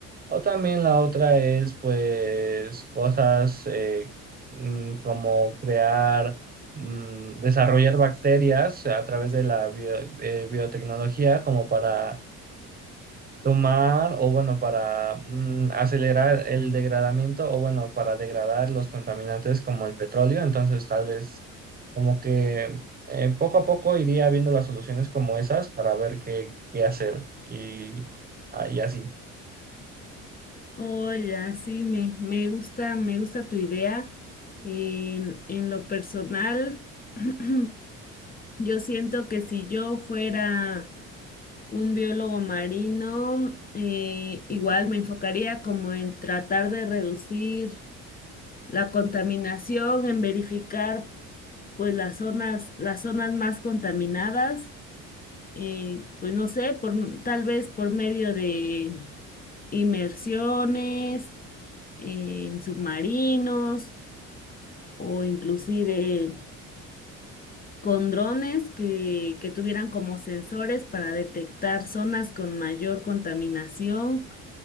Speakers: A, on the right; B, on the left.
A: O también la otra es, pues, cosas eh, mm, como crear, mm, desarrollar bacterias a través de la bio- eh, biotecnología como para tomar o, bueno, para mm, acelerar el degradamiento o, bueno, para degradar los contaminantes como el petróleo. Entonces, tal vez como que eh, poco a poco iría viendo las soluciones como esas para ver qué, qué hacer y, ah, y así.
B: Hola, sí, me, me gusta, me gusta tu idea. En, en lo personal, <clears throat> yo siento que si yo fuera Un biólogo marino, eh, igual me enfocaría como en tratar de reducir la contaminación, en verificar pues las zonas, las zonas más contaminadas, eh, pues no sé, por, tal vez por medio de inmersiones eh, en submarinos o inclusive con drones que, que tuvieran como sensores para detectar zonas con mayor contaminación